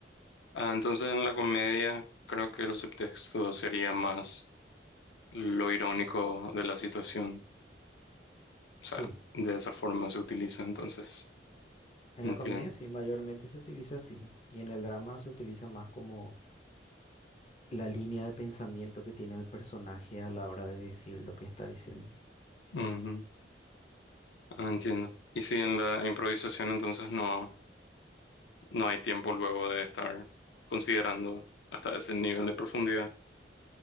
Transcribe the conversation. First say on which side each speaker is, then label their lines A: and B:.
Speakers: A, on the left (about 85°); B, on the left (about 35°).
A: Ah, entonces en la comedia creo que el subtexto sería más lo irónico de la situación. O
B: Sí,
A: sea, de esa forma se utiliza, entonces.
B: en
A: Entiendo.
B: la comedia sí, mayormente se utiliza así. Y en el drama se utiliza más como la línea de pensamiento que tiene el personaje a la hora de decir lo que está diciendo.
A: Ujú. Ah, entiendo. Y si en la improvisación entonces no, no hay tiempo luego de estar considerando hasta ese nivel de profundidad.